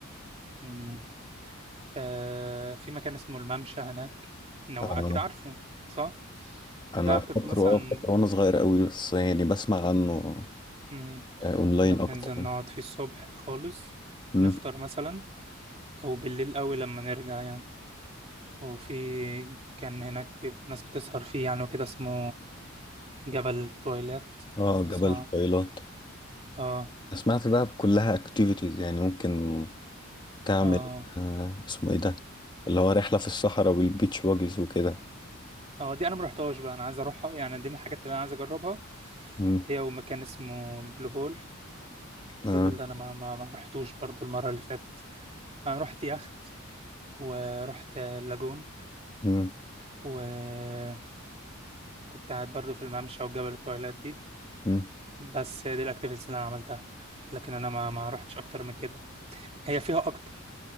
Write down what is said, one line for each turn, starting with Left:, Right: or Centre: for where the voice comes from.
Right: مم. آه في مكان اسمه الممشى هناك لو
Left: آه،
Right: اكيد عارفه صح
Left: أنا
Right: ده
Left: فاكره
Right: كنت مثلا
Left: أه فاكره وأنا صغير أوي بس يعني بسمع عنه
Right: مم.
Left: آه، أونلاين
Right: كنا بننزل
Left: أكتر
Right: نقعد
Left: يعني
Right: فيه الصبح خالص
Left: أمم،
Right: نفطر مثلا او بالليل قوي لما نرجع يعني وفي كان هناك بيب- ناس بتسهر فيه يعني وكده اسمه جبل تويلات
Left: أه
Right: لو تسمع
Left: جبل طويلات
Right: اه
Left: سمعت ده كلها أكتيفيتيز يعني ممكن تعمل
Right: اه
Left: آه اسمه ايه ده اللي هو رحلة في الصحراء والبيتش باجز وكده
Right: اه دي انا ما رحتهاش بقى انا عايز اروحها يعني دي من الحاجات اللي انا عايز اجربها
Left: مم.
Right: هي ومكان اسمه البلو هول
Left: آه.
Right: البلو هول ده انا ما ما, ما رحتوش برضو المره اللي فاتت انا رحت يخت ورحت اللاجون
Left: مم.
Right: وكنت قاعد برضو في الممشى وجبل التويلات دي
Left: مم.
Right: بس هي دي الاكتيفيتيز اللي انا عملتها لكن انا ما ما رحتش اكتر من كده هي فيها اكتر